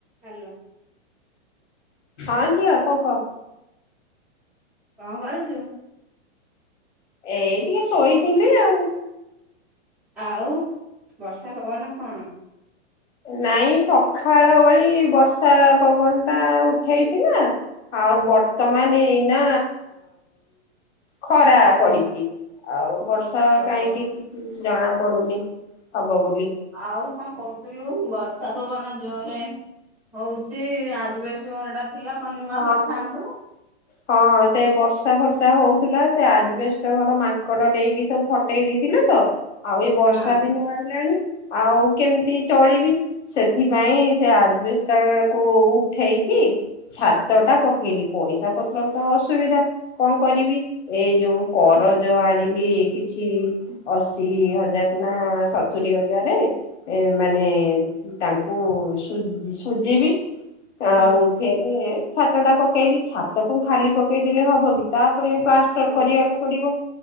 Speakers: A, in the centre; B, on the left.
A: Hello.
B: ହଁ ଝିଅ କଣ କହ?
A: କଣ କରୁଛୁ?
B: ଏଇ ଟିକେ ଶୋଇଥିଲି ଆଉ
A: ଆଉ ବର୍ଷା ପବନ କଣ
B: ନାଇଁ ସକାଳ ଭଳି ବର୍ଷା ପବନ ଟା ଉଠେଇଥିଲା ଆଉ ବର୍ତ୍ତମାନ ଏଇନା ଖରା ପଡିଛି ଆଉ ବର୍ଷା
A: ଓହୋ
B: କାହିଁକି କିଛି। ଜଣା ପଡୁନି ହବ। ବୋଲି।
A: ଆଉ କଣ କହୁଥିଲୁ ବଷ ବର୍ଷା ପବନ ଜୋରେ ହଉଛି ଆଜବେଷ୍ଟର ଟା ଥିଲା କଣ ନୂଆ
B: ହଁ
A: କରିଥାନ୍ତୁ?
B: ହଁ ହଁ ସେଇ ବର୍ଷା ଫର୍ଷା ହଉଥିଲା ସେ ଆଜି ବଷ୍ଟ ଘଡ ମାଙ୍କଡ ଦେଇଡକି ସବୁ ଫଟେଇ ଦେଇଥିଲେ ତ ଆଉ ଏ ବର୍ଷା
A: ହଁ।
B: ଦିନ ଆଇଲାଣି ଆଉ କେମିତି ଚଳିବି ସେଥିପାଇଁ ସେ ଆଜବେଷ୍ଟା କୁ ଉଠେଇକି ଛାତ ଟା ପକେଇଲି ପଇସା ପତ୍ର ତ ଅସୁବିଧା କଣ କରିବି ଏଇ ଯୋଉ କରଜ ଆଣିଲି କିଛି ଅଶି ହଜାର ନା ସତୁରିୀ ହଜାରେ ମାନେ ତାଙ୍କୁ ସୁ ସୁଝିବି ଆଉ
A: ହୁଁ
B: ଛାତ ଟା ପକେଇଲି ଛାତକୁ ଖାଲି ପକେଇଦେଲେ ହବ କି ତା ତାରେ ପ୍ଲାଷ୍ଟର
A: ହୁଁ
B: କରିବାକୁ ପଡିବ